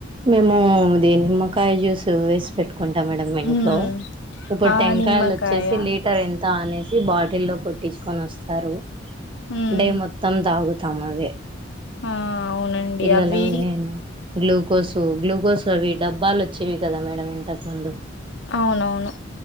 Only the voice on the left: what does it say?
ఉమ్
ఆ
నిమ్మకాయ
ఉమ్
ఆ అవునండి
అవి
అవునవును.